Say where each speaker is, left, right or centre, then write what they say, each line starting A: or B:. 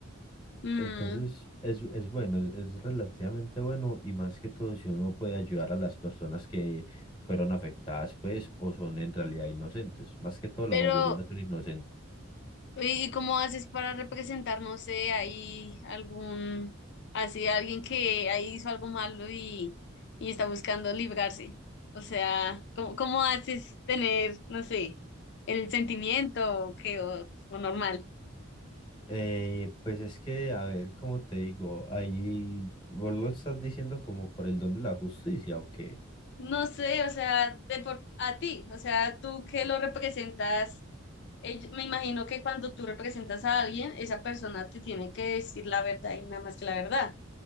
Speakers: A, on the left (about 55°); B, on the left (about 25°).
A: Mm,
B: Entonces es, es bueno, es relativamente bueno y más que todo si uno puede ayudar a las personas que fueron afectadas pues o son en realidad inocentes, más que todo la
A: pero
B: mayoría son inocentes.
A: ¿Y cómo haces para representar, no sé, ahí algún, así alguien que ahí hizo algo malo y, y está buscando librarse? O sea, ¿cómo, cómo haces tener, no sé, el sentimiento o qué, o, o normal?
B: Eh, pues es que, a ver, como te digo, ahí vos lo estás diciendo como por el don de la justicia, ¿o qué?
A: No sé, o sea, de por, a ti, o sea, tú que lo representas, ell- me imagino que cuando tú representas a alguien, esa persona te tiene que decir la verdad y nada más que la verdad